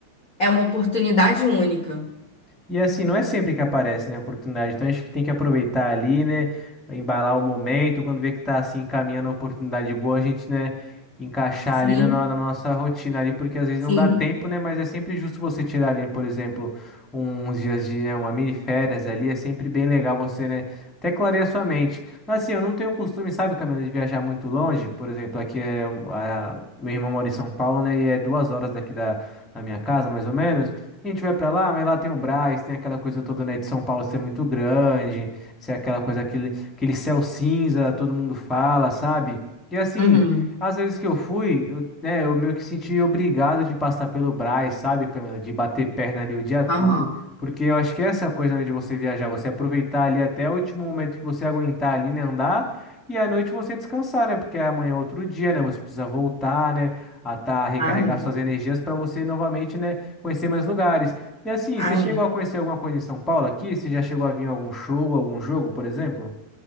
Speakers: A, on the left; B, in the centre.
A: é uma oportunidade única.
B: E assim, não é sempre que aparece, né, a oportunidade. Então acho que tem que aproveitar ali, né, embalar o momento, quando vê que tá assim encaminhando a oportunidade boa, a gente, né, encaixar
A: Sim.
B: ali na, no- na nossa rotina ali, porque às vezes
A: Sim.
B: não dá tempo, né, mas é sempre justo você tirar ali, por exemplo, uns dias de, né, uma mini férias ali, é sempre bem legal você, né, até clarear sua mente. Mas assim, eu não tenho costume, sabe, Camila, de viajar muito longe, por exemplo, aqui é, a, meu irmão mora em São Paulo, né, e é duas horas daqui da, da minha casa, mais ou menos. A gente vai pra lá, mas lá tem o Brás, tem aquela coisa toda, né, de São Paulo ser muito grande, ser aquela coisa, aquele, aquele céu cinza, todo mundo fala, sabe? E assim,
A: Uhum.
B: às vezes que eu fui, eu, né, eu meio que senti obrigado de passar pelo Brás, sabe, Camila? De bater perna ali o dia todo,
A: Aham.
B: porque eu acho que é essa coisa, né, de você viajar, você aproveitar ali até o último momento que você aguentar ali, né, andar, e à noite você descansar, né, porque amanhã é outro dia, né, você precisa voltar, né, a tá, recarregar
A: Ai,
B: suas energias para você novamente, né, Conhecer mais lugares. E assim,
A: ai.
B: você chegou
A: Ah, é.
B: a conhecer alguma coisa em São Paulo aqui? Você já chegou a vir em algum show, algum jogo, por exemplo?